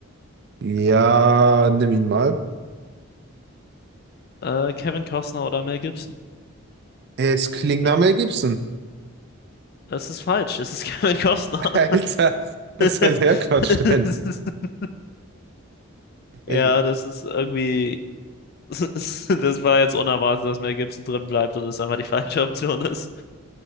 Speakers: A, on the right; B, on the left.
A: Ja, nimm ihn mal.
B: Äh, Kevin Costner oder Mel Gibson?
A: Es klingt
B: Dann,
A: nach Mel Gibson.
B: es ist falsch, es ist <laughs> Kevin Costner.
A: <laughs> Alter, was
B: <laughs>
A: soll der Quatsch denn? Hey,
B: Ja, das ist irgendwie, <laughs> das war jetzt unerwartet, dass Mel Gibson drin bleibt und es einfach die falsche Option ist.